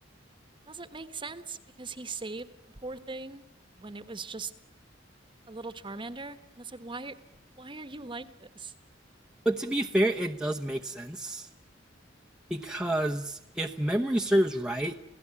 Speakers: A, on the right; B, in the centre.
A: doesn't make sense because he saved the poor thing when it was just a little Charmander, and it's like, why, why are you like this?
B: But to be fair, it does make sense because if memory serves right,